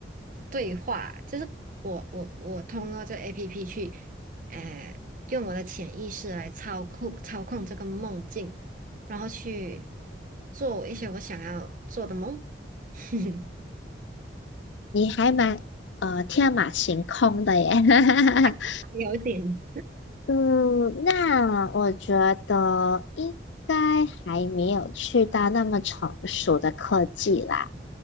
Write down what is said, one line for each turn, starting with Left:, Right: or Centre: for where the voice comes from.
Right: 对话？就是我我我通过这 APP 去，呃，用我的潜意识来操控操控这个梦境，然后去做一些我想要做的梦，<laughs>
Left: 你还蛮呃天马行空的耶。<laughs>
Right: 还有点。
Left: 嗯，那我觉得应该还没有去到那么成熟的科技啦。